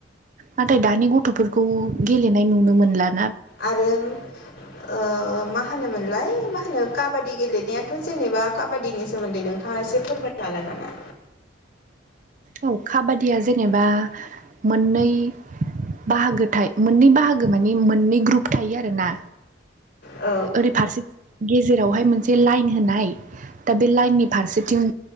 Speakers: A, on the right (about 40°); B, on the left (about 70°).
A: नाथाय दानि गथ'फोरखौ गेलेनाय नुनो मोनला
B: आरो ओ मा होनो मोनलाय मा होनो काबादि गेलेनायाथ' जेनेबा काबादिनि सोमोन्दै नोंथाङा एसे फोरमायनो हागोन नामा
A: औ काबादिया जेनेबा मोननै बाहागो थाय मोननै बाहागो मानि मोननै ग्रुप थायो आरोना
B: औ
A: ओरै फारसे गेजेरावहाय मोनसे लाइन होनाय दा बे लाइननि फारसेथिं